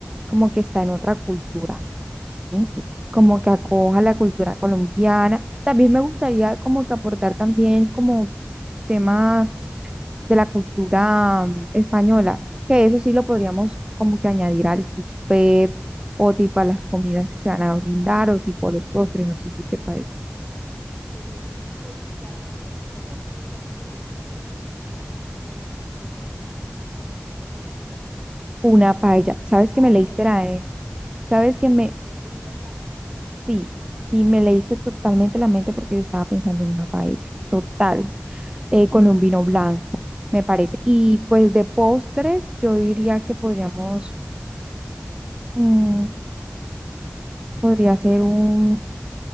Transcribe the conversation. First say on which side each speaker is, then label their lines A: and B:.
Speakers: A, on the right; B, on the right.
A: como que está en otra cultura, ¿sí? Como que acoja la cultura colombiana. También me gustaría como que aportar también como tema de la cultura mm, española, que eso sí lo podríamos como que añadir al buffet o tipo a las comidas que se van a brindar o tipo a los postres, no sé si te parece.
B: Vale. Entonces, pues así como pensando en qué puede funcionar, eh, podría funcionar entonces una paella para la cena,
A: Una paella,
B: una
A: ¿sabes
B: paella
A: que me leíste la E? ¿Sabes
B: y
A: que
B: un,
A: me...
B: un vino blanco.
A: Sí, sí, me leíste totalmente la mente porque yo estaba pensando en una paella, total, eh, con un vino blanco, me parece. Y pues de postres, yo diría que podríamos, mm, podría ser un